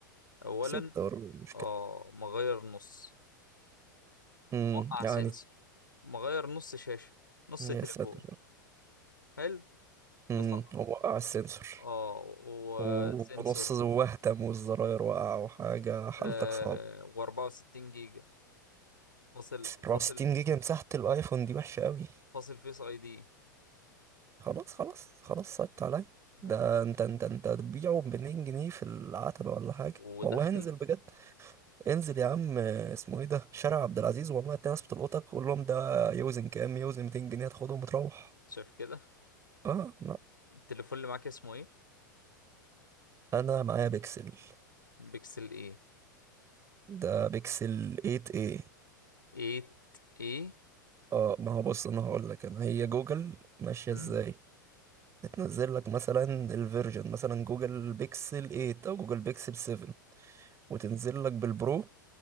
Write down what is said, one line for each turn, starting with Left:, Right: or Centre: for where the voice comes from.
Left: أولا
Right: ستة ولا مشكلة
Left: آه مغير نص
Right: امم
Left: وقع
Right: يعني
Left: سنسور مغير نص شاشة نص
Right: يا
Left: تليفون
Right: ساتر
Left: حلو
Right: امم
Left: مسقط
Right: هو وقع السنسور
Left: آه وسنسور
Right: ونص وهتم والزراير وقع وحاجة حالتك
Left: آه
Right: صعبة
Left: و64 جيجا فاصل
Right: 64
Left: فاصل
Right: جيجا مساحة الايفون دي وحشة قوي
Left: فاصل فيس أي دي
Right: خلاص خلاص خلاص صعبت عليا
Left: تمام
Right: ده انت انت انت هتبيعه ب 200 جنيه في العتبة ولا حاجة
Left: وداخل
Right: والله انزل بجد انزل يا عم آه، اسمه ايه ده شارع عبد العزيز والله هتلاقي ناس بتلقطك قول لهم ده يوزن كام يوزن 200 جنيه تاخدهم وتروح
Left: شايف كده
Right: اه لا
Left: التليفون اللي معاك اسمه إيه؟
Right: انا معايا بيكسل
Left: بيكسل ايه
Right: ده بيكسل 8 ايه
Left: 8 ايه
Right: اه ما هو بص انا هقول لك انا هي جوجل ماشيه
Left: امم
Right: ازاي بتنزل لك مثلا الفيرجن مثلا جوجل بيكسل 8 او جوجل بيكسل 7 وتنزل لك بالبرو